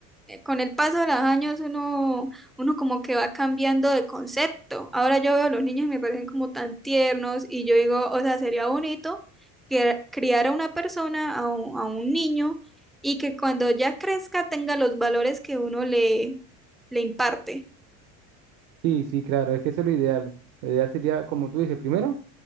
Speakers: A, in the centre; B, on the right.
A: eh, con el paso de los años, uno, uno como que va cambiando de concepto. Ahora yo veo a los niños y me parecen como tan tiernos y yo digo, o sea, sería bonito que criar a una persona, a un, a un niño, y que cuando ya crezca tenga los valores que uno le, le imparte.
B: Sí, sí, claro, es que eso es lo ideal. Lo ideal sería, como tú dices, primero.